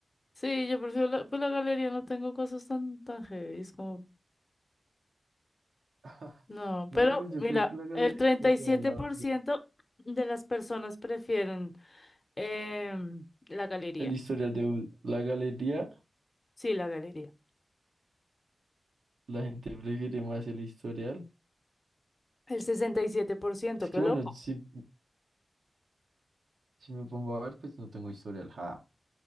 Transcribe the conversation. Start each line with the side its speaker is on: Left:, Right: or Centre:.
Left: sí, yo prefiero la, pues la galería, no tengo cosas tan, tan heavy, como...
Right: <laughs>
Left: No,
Right: No,
Left: pero
Right: pues yo
Left: mira,
Right: creo que la galería
Left: el treinta
Right: de
Left: y siete
Right: la...
Left: por ciento de las personas prefieren em, la galería.
Right: El historial de bus- la galería,
Left: Sí, la galería.
Right: la gente prefiere más el historial.
Left: El 67%.
Right: es
Left: qué
Right: que
Left: loco.
Right: bueno, si, si me pongo a ver, pues no tengo historial. Ja.